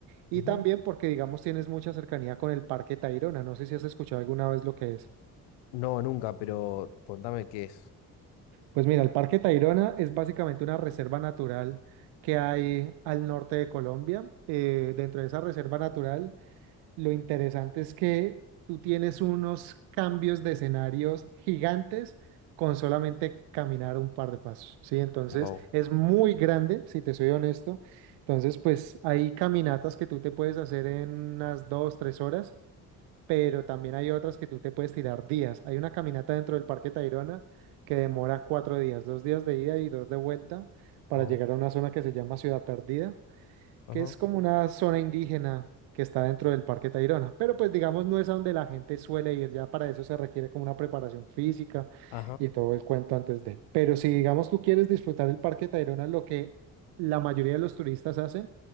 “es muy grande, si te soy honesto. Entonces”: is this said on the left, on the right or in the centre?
Right